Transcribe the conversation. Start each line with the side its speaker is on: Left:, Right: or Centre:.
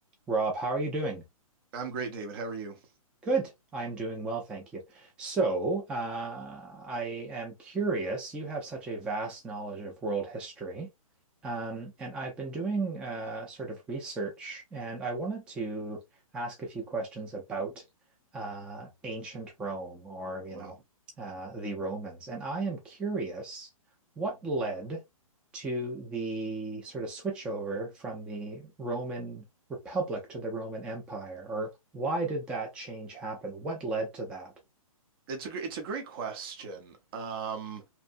Centre: Rob, how are you doing?
Right: I'm great, David. How are you?
Centre: Good. I'm doing well, thank you. So, uh, I am curious. You have such a vast knowledge of world history. Um, and I've been doing uh, sort of research, and I wanted to ask a few questions about uh, ancient Rome or, you
Right: One
Centre: know,
Right: of,
Centre: uh, the Romans. And I am curious what led to the sort of switchover from the Roman republic to the Roman Empire? Or why did that change happen? What led to that?
Right: it's a it's a great question. Um,